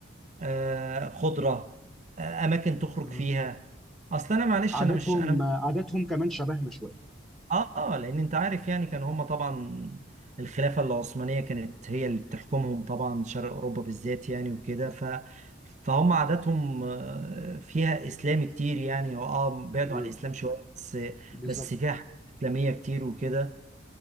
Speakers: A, on the right; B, in the centre.
A: آه خضرة آه اماكن تخرج
B: مم.
A: فيها اصل انا معلش
B: عاداتهم
A: انا مش انا
B: عاداتهم كمان شبهنا شويه
A: اه آه، لان انت عارف يعني كان هما طبعا الخلافه العثمانيه كانت هي اللي بتحكمهم طبعا شرق اوروبا بالذات يعني وكده ف فهم عاداتهم آه، فيها اسلام كتير يعني هو اه بعدوا
B: ب-
A: عن الاسلام شويه بس
B: بالظبط
A: بس فيها حاجات اسلاميه كتير وكده